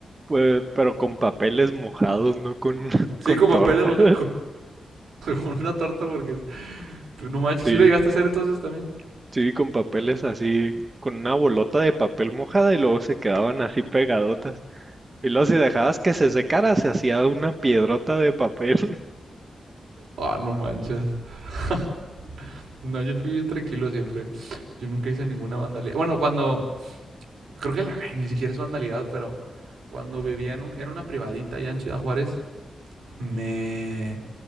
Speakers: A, on the right; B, on the right.
A: Pues, pero con papeles mojados, no con, <laughs>
B: Sí,
A: con
B: con papeles
A: torta.
B: baja con una torta porque no manches,
A: Sí,
B: sí lo llegaste a hacer entonces también.
A: sí, con papeles así, con una bolota de papel mojada y luego se quedaban así pegadotas. Y luego si dejabas que se secara, se hacía una piedrota de papel.
B: Ah, no manches. <laughs> no, yo fui bien tranquilo siempre. Yo nunca hice ninguna vandalía. Bueno, cuando Creo que la, <laughs> ni siquiera es vandalidad, pero cuando vivía en un, era una privadita allá en Ciudad Juárez, me,